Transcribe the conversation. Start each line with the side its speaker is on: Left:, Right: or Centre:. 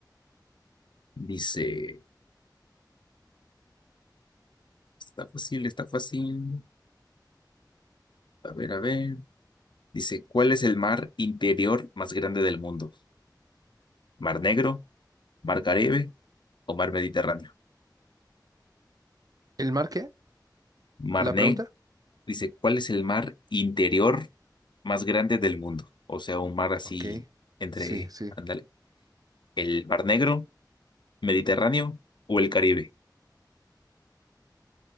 Left: Dice, está fácil, está fácil. A ver, a ver. Dice, ¿cuál es el mar interior más grande del mundo? ¿Mar Negro, Mar Caribe o mar Mediterráneo.
Right: ¿El mar qué?
Left: Marné
Right: ¿La pregunta?
Left: dice, ¿cuál es el mar interior más grande del mundo? O sea, un mar así
Right: Ok.
Left: entre,
Right: Sí, sí.
Left: ándale, el Mar Negro, Mediterráneo o el Caribe.